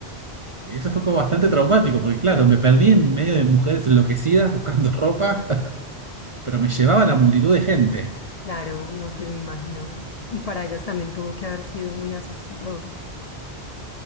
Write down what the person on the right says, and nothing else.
Eso fue como bastante traumático, porque claro, me perdí en medio de mujeres enloquecidas buscando ropa, <laughs> pero me llevaba la multitud de gente.